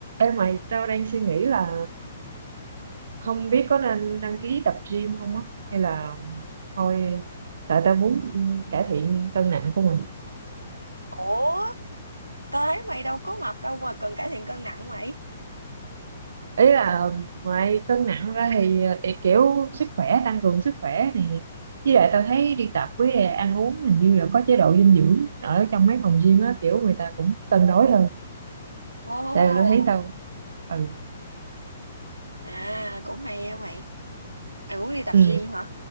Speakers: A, on the right (about 55°); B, on the right (about 80°).
A: Ê mày, tao đang suy nghĩ là không biết có nên đăng ký tập gym không á, hay là thôi, tại tao muốn ừ, cải thiện cân nặng của mình.
B: Ủa, tao thấy mày đâu có mập đâu mà cần cải thiện cân nặng mày.
A: Ý là ngoài cân nặng ra thì ờ, để kiểu sức khỏe, tăng cường sức khỏe này. Với lại tao thấy đi tập với ăn uống hình như là có chế độ dinh dưỡng ở trong mấy phòng gym á, kiểu người ta cũng cân đối hơn.
B: Ồ.
A: Tại tao thấy tao, ừ,
B: À, cũng hay á mày. Mày muốn đi tập
A: ừ,
B: gym hả?